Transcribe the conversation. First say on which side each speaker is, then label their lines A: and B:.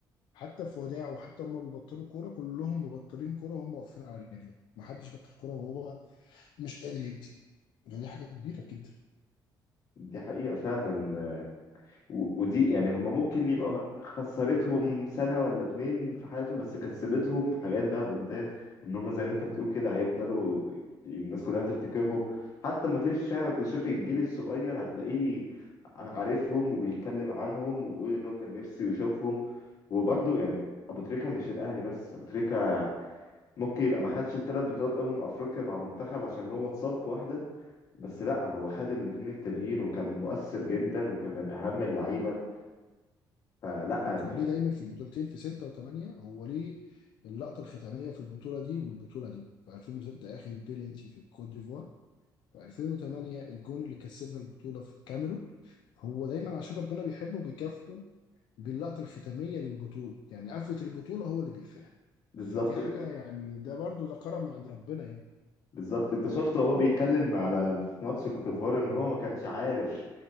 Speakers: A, on the left; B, on the left.
A: حتى في وداعه وحتى هم بيبطلوا كوره كلهم مبطلين كوره وهم واقفين على رجلهم محدش بطل كوره وهو مش قادر يدي يعني دي حاجه كبيره جدا
B: دي حقيقه فعلا آه، و- ودي يعني هم ممكن يبقى خسرتهم سنه ولا اتنين في حياتهم بس كسبتهم حاجات بقى قدام ان هم زي ما انت بتقول كده هيفضلوا الناس كلها تفتكرهم حتى ما تيجي الشارع وتشوف الجيل الصغير هتلاقيه عارفهم وبيتكلم عنهم وبيقول ان هو كان نفسه يشوفهم وبرده يعني ابو تريكه مش الاهلي بس ابو تريكه ممكن يبقى ما خدش الثلاث بطولات امم افريقيا مع منتخب عشان هو اتصاب في واحده بس لا هو خد الاثنين التانيين وكان مؤثر جدا وكان من اهم اللعيبه فلا يعني
A: وكان ليه دايما في البطولتين في 6 و8 هو ليه اللقطة الختامية في البطولة دي والبطولة دي في 2006 آخر بيلينتي في الكوت ديفوار في 2008 الجون اللي كسبنا البطولة في الكاميرون هو دايما عشان ربنا بيحبه بيكافئه باللقطة الختامية للبطولة يعني قفلة البطولة هو اللي بيقفلها
B: بالظبط
A: فدي حاجة يعني ده برضو ده كرم من عند ربنا يعني
B: بالظبط انت شفته وهو بيتكلم على في ماتش كوتيفوار ان هو ما كانش عارف